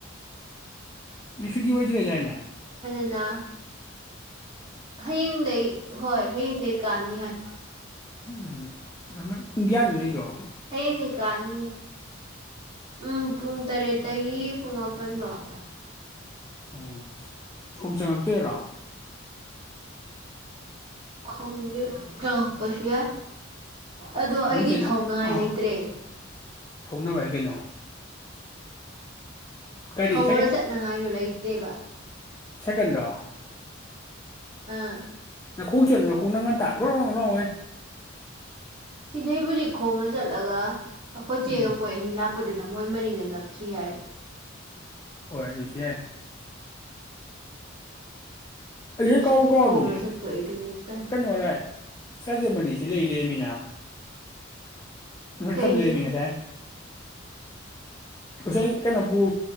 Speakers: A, on the left; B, on the right.
A: ꯎ ꯁ ꯑꯣꯏꯗꯔꯦꯖꯦꯅꯦ
B: ꯂ ꯍꯌꯦꯡꯗꯩ ꯍꯣꯏ ꯍꯌꯦꯡꯗꯒꯤ ꯀꯥꯅꯤ ꯍꯥꯏ
A: ꯎꯝ ꯎꯝ ꯄꯨꯡꯒ꯭ꯌꯥ ꯑꯗꯨꯩꯗꯣ
B: ꯍꯌꯦꯡ ꯂꯩꯀꯥꯅꯤ ꯎꯝ ꯄꯨꯡ ꯇꯔꯦꯠꯇꯒꯤ ꯄꯨꯡ ꯃꯥꯄꯜꯕꯥꯎ
A: ꯎꯝ ꯁꯣꯨꯝ ꯆꯪꯉꯛꯇꯣꯏꯔꯣ
B: ꯈꯪꯦ ꯀ ꯀꯁꯨ ꯌꯥ ꯑꯗꯣ
A: ꯅꯣꯏ
B: ꯑꯩꯗꯤ
A: ꯆꯦꯅ
B: ꯊꯧꯅꯤꯉꯥꯏ
A: ꯑꯥ
B: ꯂꯩꯇ꯭ꯔꯦ
A: ꯊꯧꯅꯕ ꯍꯥꯏ ꯀꯩꯅꯣ ꯀꯔꯤ
B: ꯊꯧꯔ ꯆꯠꯅꯉꯥꯏꯗꯣ ꯂꯩꯇꯦ ꯂꯩꯕ
A: ꯁꯦꯀꯦꯟꯗꯣ
B: ꯑꯥ
A: ꯑꯣ ꯈꯣꯡ ꯆꯂ ꯍꯧꯅ ꯉꯟꯇꯥ ꯇꯒ꯭ꯔꯣ ꯂꯑꯣꯋꯦ
B: ꯁꯤꯗꯩꯕꯨꯗꯤꯛ ꯈꯣꯡꯅ ꯆꯠꯂꯒ ꯑꯩꯈꯣꯏ ꯆꯦꯡ
A: ꯎꯝ
B: ꯑꯃꯣꯏ ꯑꯅꯤ ꯂꯥꯛꯄ ꯅꯄꯗꯨꯅ ꯃꯣꯏ ꯃꯅꯤꯡꯗ ꯅꯞꯈꯤ ꯍꯥꯏꯔꯦ
A: ꯍꫭꯏ ꯑꯗꯨꯁꯨ ꯌꯥꯏ ꯍ
B: ꯁꯤꯗꯩ
A: ꯀꯥꯎ ꯀꯥꯎꯃꯤꯅꯦ
B: ꯈꯣꯡꯅ ꯆꯠꯇꯣꯏꯗꯨꯅꯤ ꯇꯜꯂꯤ
A: ꯀꯩꯅꫭꯔꯥꯏ ꯆꯖꯦꯔ ꯃꯔꯤ ꯁꯤꯂꯩ ꯂꯩꯦꯃꯤꯅ
B: ꯀꯩꯒꯤ
A: ꯊꯝ ꯂꯩꯔꯝꯃꯤ ꯉꯁꯥꯏ ꯎꯁꯦꯜ ꯀꯩꯅꯣ ꯄꯨꯔꯨ